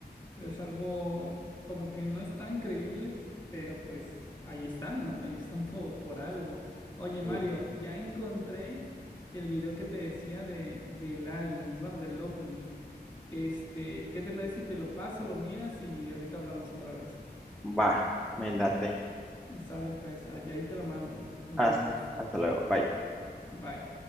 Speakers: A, on the left (about 25°); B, in the centre.
A: Es algo como que no es tan creíble, pero pues ahí están, ¿no? Ahí están po- por, algo. Oye, Mario,
B: Sí.
A: ya encontré el video que te decía de, del alien, bueno, del ovni. Este, ¿qué te parece si te lo paso, lo miras y ahorita hablamos otra vez?
B: Va, me late.
A: Sale pues, ahí ahí te lo mando. Nos
B: Hasta,
A: vemos.
B: hasta luego, bye.
A: Bye.